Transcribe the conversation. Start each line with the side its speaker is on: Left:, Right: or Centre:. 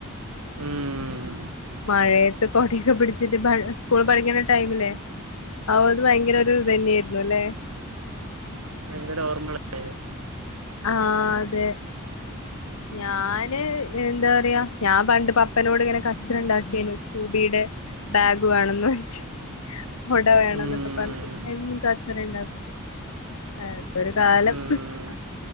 Right: ഉം
Left: മഴയത്ത് കൊടയൊക്കെ പിടിച്ചിട്ട് ബ സ്കൂൾ പഠിക്കണ ടൈമില്ലേ <unintelligible> ഒരു ഭയങ്കര ഒരു ഇത് തന്നെയായിരുന്നു അല്ലെ
Right: ഭയങ്കര ഓർമ്മകളരുന്നു
Left: ആഹ് അതെ ഞാന് എന്താ പറയാ, ഞാൻ പണ്ട് പപ്പനോട് ഇങ്ങനെ കച്ചറ ഉണ്ടാക്കിയാനു സ്കൂബിടെ. ബാഗ് വേണന്ന് വച്ച് കൊട വേണംന്നൊക്കെ
Right: ഉം,
Left: പറഞ്ഞിട്ട് എന്നും കച്ചറ ഉണ്ടാക്കും അതൊരു കാലം
Right: ഉം.